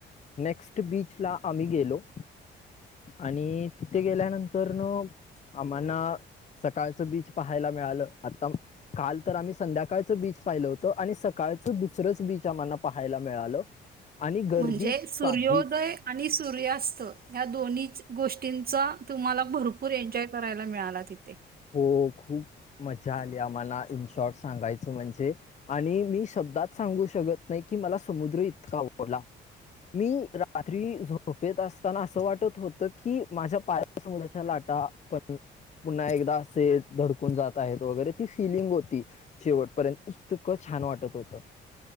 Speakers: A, on the left (about 35°); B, on the right (about 50°).
A: नेक्स्ट बीचला आम्ही गेलो. आणि तिथे गेल्यानंतर न आम्हाला सकाळचं बीच पाहायला मिळालं. आता काल तर आम्ही संध्याकाळचं बीच पाहिल होतं. आणि सकाळचं दुसरंच बीच आम्हाला पाहायला मिळालं. आणि गर्दी
B: म्हणजे सूर्योदय
A: काहीच
B: आणि सूर्यास्त या दोन्ही गोष्टींचा तुम्हाला भरपूर एन्जॉय, करायला मिळाला तिथे,
A: हो खूप मजा आली आम्हाला, इन शॉर्ट सांगायचं म्हणजे, आणि मी शब्दात सांगू शकत नाही की, मला समुद्र इतका आवडला. मी रात्री झोपेत असताना असं वाटत होतं की, माझ्या पाया समुद्राच्या लाटा पण पुन्हा एकदा दास धडकून जात आहेत वगैरे ती फिलिंग होती. शेवटपर्यंत इतक छान वाटत होत